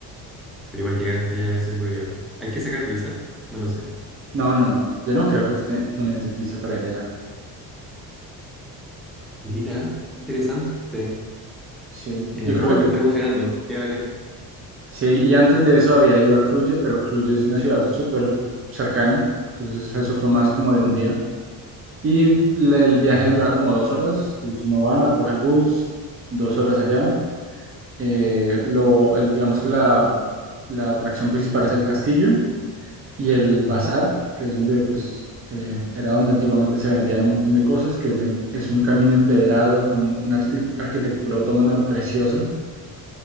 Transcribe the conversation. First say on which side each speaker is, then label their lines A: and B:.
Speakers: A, in the centre; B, on the right (about 35°).
A: Pero igual llegar hasta allá debe ser hueviado. ¿Hay que sacar visa? No lo sé.
B: No, no, no. Yo no creo que tú, te- tú necesites visa para ir allá.
A: Mira, interesante.
B: Sí,
A: Eh,
B: yo creo
A: oh,
B: que
A: me estoy emocionando. Qué bacán.
B: sí. Y antes de eso había ido a Cruye, pero Cruye es una ciudad súper cercana. Entonces eso fue más como de un día. Y la- el viaje
A: ¿Ya?
B: duraba como dos horas, entonces uno va, coge el bus, dos horas allá. Eh, lo, el, digamos que la, la atracción principal es el castillo y el bazar,
A: Ujú.
B: que es donde, pues, eh, era donde antiguamente se vendían un montón de cosas, que es, en- es un camino empedrado con una arqui- arquitectura otomana preciosa.